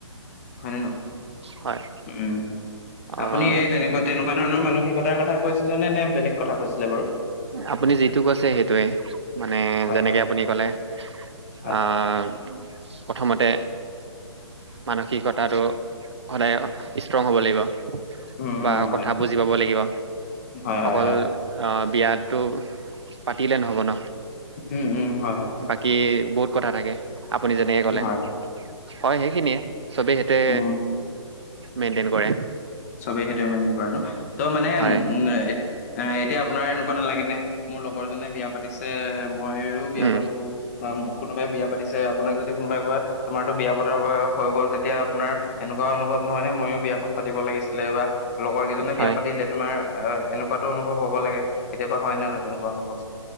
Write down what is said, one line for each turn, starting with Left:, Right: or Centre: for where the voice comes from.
Left: হয় নে নহয়।
Right: হয়
Left: উম,
Right: আহ,
Left: আপুনি এই তেনেকুৱা তেনেকুৱা ধৰণৰ মানসিকতাৰ কৈছিলে নে, নে বেলেগ কৈছিলে বাৰু?
Right: আপুনি যিটো কৈছে সেইটোৱে, মানে
Left: হয়
Right: যেনেকে
Left: হয়
Right: আপুনি ক'লে
Left: হয়
Right: অঁ, প্ৰথমতে মানসিকতাটো সদায় ষ্ট্ৰং হ'ব লাগিব।
Left: উম
Right: বা
Left: উম হয়
Right: কথা বুজি পাব লাগিব,
Left: হয়
Right: অকল
Left: হয় হয়
Right: অঁ, বিয়াটো পাতিলে নহ'ব ন।
Left: উম উম হয় হয়।
Right: বাকী বহুত কথা থাকে। আপুনি যেনেকে ক'লে
Left: হয়
Right: হয় সেইখিনিয়ে চবেই সেইটোৱে
Left: উম
Right: মেইনটেইন কৰে।
Left: চবেই সেইটোৱে মেইনটেইন কৰে ন ত' মানে
Right: হয়
Left: উম এ এ এতিয়া আপোনাৰ এনেকুৱা নালাগে নে মোৰ লগৰ জনে বিয়া পাতিছে। মইও বিয়া
Right: উম,
Left: পাতো বা কোনোবাই বিয়া পাতিছে আপোনাক যদি কোনোবাই কয় তোমাৰতো বিয়া পতা বয়স হৈ গ'ল তেতিয়া আপোনাৰ এনেকুৱা অনুভৱ নহয় নে ময়ো বিয়া খন পাতিব লাগিছিলে বা লগৰ কিজনে
Right: হয়
Left: বিয়া পাতিলে তোমাৰ এ এনেকুৱাতো অনুভৱ হ'ব লাগে কেতিয়াবা হয় নহয় তেনেকুৱা অনুভৱ।